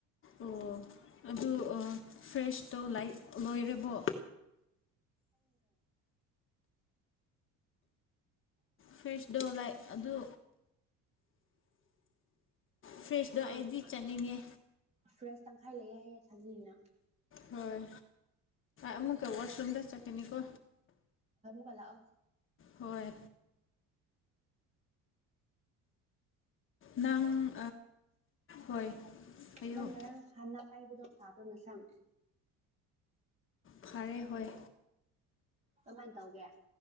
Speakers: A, on the left (about 40°); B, on the right (about 20°).
A: ꯑꯣ ꯑꯗꯨ ꯐ꯭ꯔꯦꯁꯇꯣ ꯂꯣꯏꯕꯣ
B: ꯑ
A: ꯐꯦꯁ ꯗꯣ ꯂꯥꯏ ꯑꯗꯨ ꯐ꯭ꯔꯦꯁꯇꯣ
B: ꯑꯥ
A: ꯑꯩꯗꯤ ꯆꯠꯅꯤꯡꯉꯦ
B: ꯐ꯭ꯔꯦꯁ ꯇꯪꯈꯥꯏ ꯂꯩꯌꯦꯦ ꯍꯌꯦ ꯆꯪꯉꯤꯅ
A: ꯍꯣꯏ ꯑꯃꯨꯛꯀ ꯋꯥꯁꯔꯨꯝꯗ ꯆꯥꯀꯤꯅꯤ ꯀꯣ
B: ꯂ ꯑ
A: ꯍꯣꯏ ꯅꯪ ꯍꯣꯏ ꯑꯌꯣ
B: ꯅꯉ ꯍꯅ ꯀꯥꯏꯕꯗꯣ ꯐꯥꯕꯅ ꯁꯝ
A: ꯐꯔꯦ ꯍꯣꯏ
B: ꯀꯃꯥꯟ ꯇꯧꯒꯦ